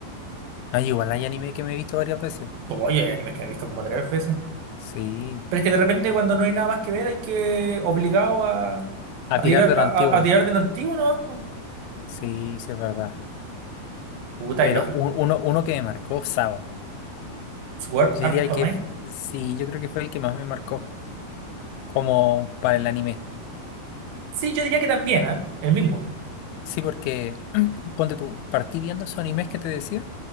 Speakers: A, on the left; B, on the right.
A: No, igual hay anime que me he visto varias veces.
B: Pues, oye, hay animes que me he visto como tres veces.
A: Sí.
B: Pero es que de repente cuando no hay nada más que ver hay que obligado a, a
A: A
B: tirar,
A: tirar de lo
B: a,
A: antiguo.
B: a- a tirar de lo antiguo, ¿no?
A: Sí, sí, es verdad.
B: Puta,
A: Pero
B: y los
A: un- uno, uno que me marcó, Sao.
B: Sword
A: Yo
B: Art
A: diría
B: Online.
A: que fue- sí, yo creo que fue el que más me marcó como para el anime.
B: Sí, yo diría que también, ¿eh? El mismo.
A: Sí, porque <clears throat> ponte tú, partí viendo esos animes que te decía